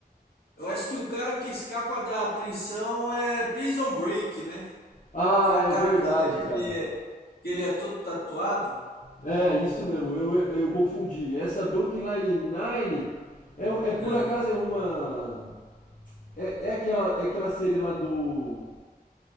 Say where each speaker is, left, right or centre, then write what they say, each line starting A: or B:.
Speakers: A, on the left; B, on the left.
A: Eu acho que o cara que escapa da prisão é Prison Break, né?
B: Ah,
A: Que é um cara
B: é verdade,
A: careca
B: cara.
A: que, que ele é todo tatuado.
B: É, isso mesmo, eu, eu, eu confundi. Essa Brooklyn Nine-Nine é, é por
A: É,
B: acaso é uma. É, é, aquela, é aquela série lá do.